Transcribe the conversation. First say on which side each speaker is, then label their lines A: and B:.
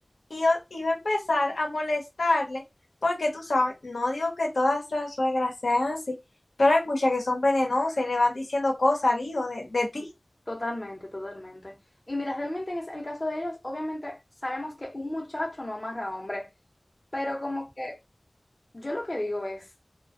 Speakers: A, on the left; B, on the left.
A: y, o- y va a empezar a molestarle, porque tú sabes, no digo que todas las suegras sean así, pero hay muchas que son venenosas y le van diciendo cosas al hijo de, de ti.
B: Totalmente, totalmente. Y mira, realmente en ese- el caso de ellos, obviamente sabemos que un muchacho no amarra a hombre, pero como que yo lo que digo es,